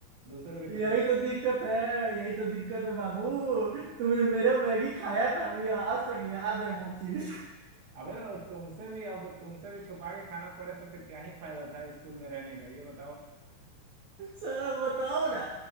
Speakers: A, on the right (about 65°); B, on the right (about 80°).
A: दूसरों के
B: यही
A: टिफिन
B: तो दिक्कत है यही तो दिक्कत है बाबू तुमने मेरा मैगी खाया था मुझे आज तक याद है वो चीज
A: अबे तो तुमसे भी अब तुमसे भी छुपा के खाना पड़े तो फिर क्या ही फायदा था स्कूल में रहने का ये बताओ
B: सारा <laughs> बताओ ना